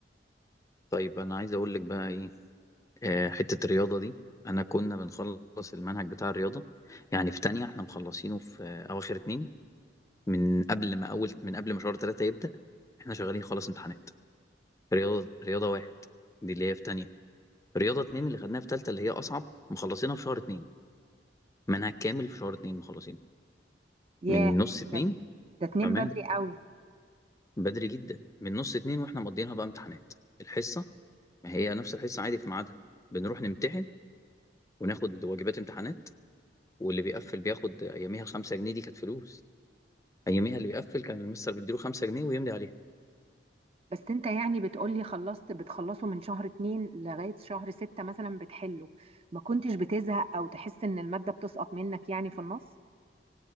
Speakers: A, on the left (about 20°); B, on the right (about 35°).
A: طيب انا عايز اقول لك بقى ايه آه، حته الرياضه دي انا كنا بنخلص المنهج بتاع الرياضه يعني في تانية احنا مخلصينه في آه، اواخر اتنين من قبل ما اول من قبل ما شهر تلاتة يبدأ احنا شغالين خلاص امتحانات رياضه رياضه واحد دي اللي هي في تانية رياضة اتنين اللي خدناها في تالتة اللي هي أصعب مخلصينها في شهر اتنين منها كامل في شهر اتنين مخلصينه
B: ياه
A: من نص اتنين
B: ده ده تنام
A: بأمان
B: بدري قوي
A: بدري جدا من نص اتنين واحنا مقضيينها بقى امتحانات الحصة ما هي نفس الحصة عادي في ميعادها بنروح نمتحن وناخد واجبات امتحانات واللي بيقفل بياخد أياميها خمسة جنيه دي كانت فلوس أياميها اللي بيقفل كان المستر بيديله خمسة جنيه ويملي عليها
B: بس انت يعني بتقولي خلصت بتخلصه من شهر اتنين لغاية شهر ستة مثلا بتحله ما كنتش بتزهق او تحس ان المادة بتسقط منك يعني في النص